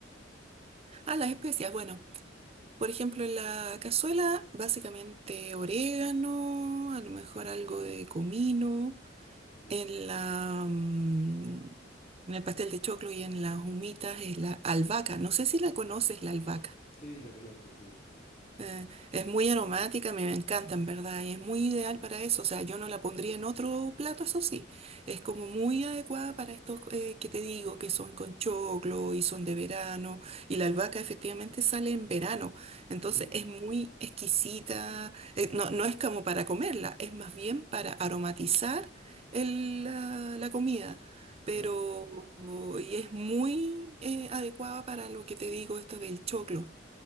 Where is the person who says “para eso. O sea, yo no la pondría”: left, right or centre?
Right